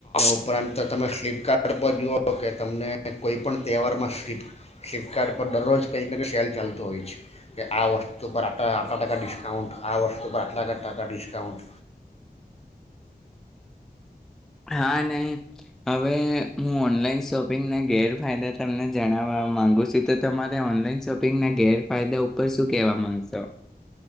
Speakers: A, on the left; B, in the centre.
A: ઉપરાંત તમે ફ્લિપકાર્ટ પર જુઓ કે તમને કોઈ પણ તહેવારમાં ફ્લિપકાર્ટ પર દરરોજ કંઈક ને કંઈક સેલ ચાલતો હોય છે કે આ વસ્તુ પર આ આટલા ટકા ડિસ્કાઉન્ટ આ વસ્તુ પર આટલા ટકા ડિસ્કાઉન્ટ
B: હા ને હવે હું ઓનલાઈન શોપિંગના ગેરફાયદા તમને જણાવવા માંગુ છું તો તમારે ઓનલાઈન શોપિંગના ગેરફાયદા ઉપર શું કેહેવા માંગશો.